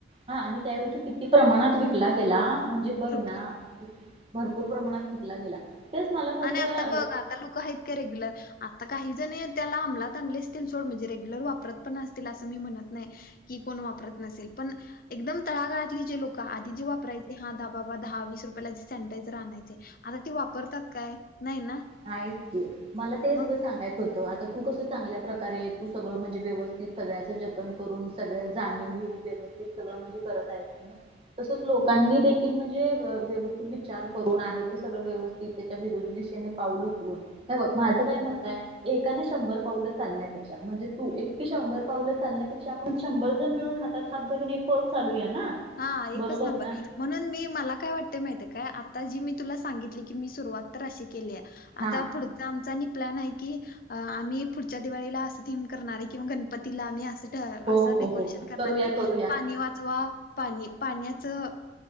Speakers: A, on the right; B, on the left.
A: हा आणि त्यावेळी तू किती? प्रमाणात विकला गेला. म्हणजे बघ
B: भरपूर
A: ना. किती भरपूर प्रमाणात विकला गेला. तेच मला फक्त
B: आणि आता बघ. आता लोक हाईत का? रेग्युलर. आता काही जणय, त्याला अंमलात आणले असतील. सोड. म्हणजे रेग्युलर वापरत पण असतील. असं मी म्हणत नाही. कि, कोण वापरत नसेल. पण एकदम तळागळातली जे लोकं. आधी जे वापरायचे. हा दहा, बाबा दहा - वीस रुपयाला जे सॅनिटायझर आणायचे. आता ती वापरतात काय? नाही ना?
A: नाहीच की. मला तेच
B: मग
A: गं, सांगायच आता तू कस, चांगल्या प्रकारे, तू सगळं म्हणजे व्यवस्थित. सगळ्याच जतन करून. सगळं जाणीव घेऊन व्यवस्थित स्थित, सगळं. म्हणजे करत आहेस न. तसच लोकांनी देखील. म्हणजे, व्यवस्थित विचार करून. आहे ते सगळं व्यवस्थित आता विरोधी दिशेने पाऊल उचलून. हे बघ, माझं काय मताय एकाने शंभर पावलं चालण्यापेक्षा, म्हणजे तू. एकटीने शंभर पावलं चालण्यापेक्षा, आपण शंभर जन मिळून हात तात हात घालून, एक पाऊल चालू या ना.
B: हा. एकच
A: बरोबर
B: नंबर.
A: ना
B: म्हणून मी, मला काय वाटते माहितेय काय? आता जी मी तुला सांगितली की, मी सुरुवात तर अशी केल्याय.
A: हा
B: आता पुढ आमचा नि प्लॅनाय की, अ आम्ही पुढच्या दिवाळीला असं थीम करणारय कि, गणपतीला आम्ही असं असं
A: हो हो
B: डेकोरेशन
A: हो
B: करणार
A: करूया
B: की,
A: करूया
B: पाणी वाचवा, पाणी पाण्याचं